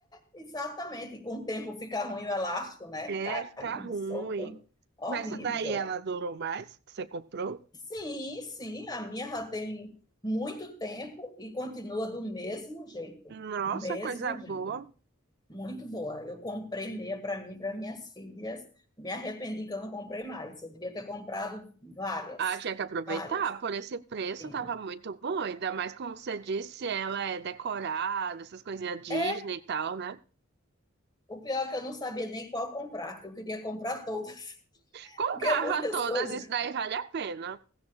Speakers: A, on the left; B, on the right.
A: exatamente. E com o tempo fica ruim o elástico, né?
B: É,
A: Caindo,
B: fica ruim.
A: solto. Horrível.
B: Mas essa daí ela durou mais, que você comprou?
A: Sim, sim, a minha já tem muito tempo e continua do mesmo jeito.
B: Nossa,
A: Mesmo
B: coisa boa.
A: jeito. muito boa. Eu comprei meia para mim e para minhas filhas. Me arrependi que eu não comprei mais. Eu devia ter comprado várias,
B: Ah, tinha que aproveitar.
A: várias.
B: Por esse preço
A: Tinha.
B: tava muito bom. Ainda mais como você disse, ela é decorada, essas coisinhas Disney
A: É,
B: e tal, né?
A: o pior é que eu não sabia nem qual comprar, que eu queria comprar todas,
B: Comprava
A: <laughs> porque é muitas
B: todas,
A: coisas
B: isso daí vale a pena.